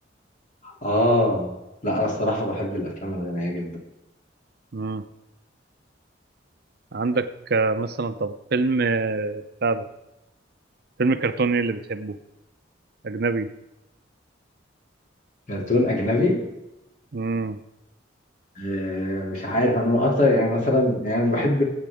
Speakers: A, on the left; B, on the right.
A: اه لا انا الصراحه بحب الافلام الغنيه جدا
B: امم عندك آه، مثلا طب فيلم آه، بتاع ده فيلم كرتوني اللي بتحبه اجنبي
A: كرتون اجنبي
B: امم
A: آه، مش عارف انا من اكتر يعني مثلا يعني بحب